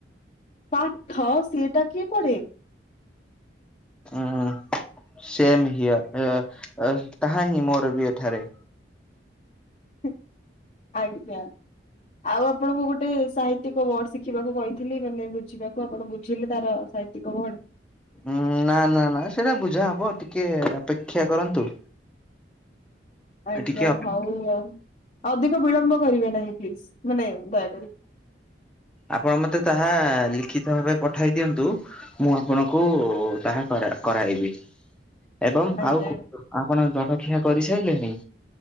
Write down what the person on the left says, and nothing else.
ପାଠ ସିଏଟା କିଏ ପଢେ?
ଉ ଆଜ୍ଞା। ଆଉ ଆପଣଙ୍କୁ ଗୋଟେ ସାହିତିକ ୱାର୍ଡ ଶିଖିବାକୁ କହିଥିଲି ମାନେ ବୁଝିବାକୁ ଆପଣ ବୁଝିଲେ ତାର ସାହିତ୍ୟିକ ୱାର୍ଡ।
ଆଜ୍ଞା
ହଉ ହଉ ଅଧିକ ବିଳମ୍ବ କରିବେ ନାହିଁ ଫ୍ଲିଜ ମାନେ ଦୟାକରି।
ଆଜ୍ଞା।